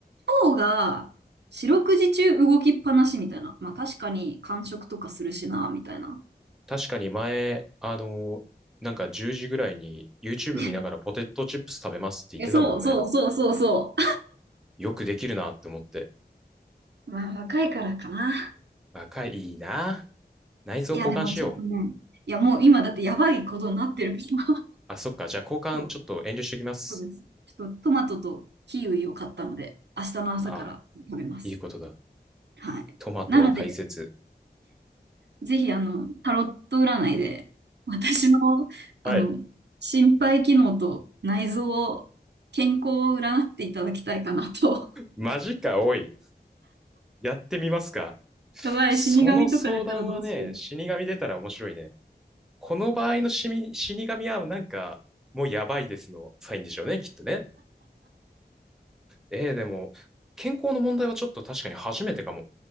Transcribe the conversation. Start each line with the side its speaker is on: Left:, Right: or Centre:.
Right: 腸が四六時中動きっぱなしみたいな。まあ、確かに、間食とかするしな、みたいな。
Centre: 確かに前、あの、なんか10時ぐらいに YouTube
Right: <laughs>
Centre: 見ながらポテトチップス食べますって言ってたもんね。
Right: え、そうそうそうそうそ
Centre: よくできるなって思って。
Right: う。<laughs> まあ、若いからかな。
Centre: 若い、いいな。内臓交換しよう。
Right: いや、でもちょっとね、いや、もう今だってやばいことになってるから。
Centre: あ、そっか。じゃあ交換ちょっと遠慮してきます。
Right: <laughs> そうそうです。ちょっとトマトとキウイを買ったので、明日の朝から食べます。
Centre: あ、いいことだ。
Right: はい。
Centre: トマトは大切。
Right: なので、ぜひ、あの、タロット占いで、私の、
Centre: はい。
Right: あの、心肺機能と内臓を、健康を占っていただきたいかなと。
Centre: マジか、おい。やってみますか。
Right: <laughs> やばい、
Centre: その相談はね、
Right: 死神とか出たらどうしよう。
Centre: 死神出たら面白いね。
Right: <laughs> い
Centre: この場合の死み死神はなんか、もうやばいですのサインでしょうね、きっとね。ええ、でも、健康の問題はちょっと確かに初めてかも。